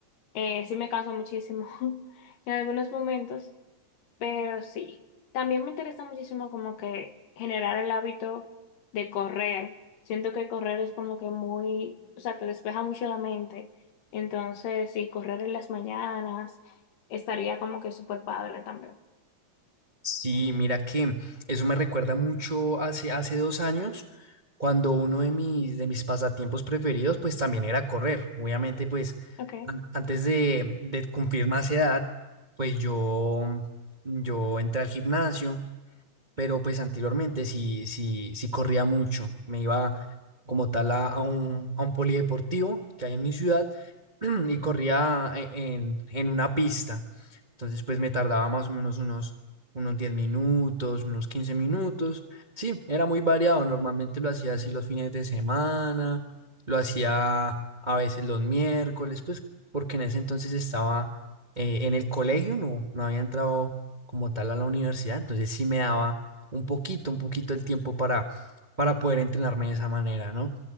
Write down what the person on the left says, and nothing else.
eh, sí me canso muchísimo <laughs> en algunos momentos, pero sí. También me interesa muchísimo como que generar el hábito de correr. Siento que correr es como que muy, o sea, te despeja mucho la mente. Entonces, sí, correr en las mañanas estaría como que súper padre también.
Okay,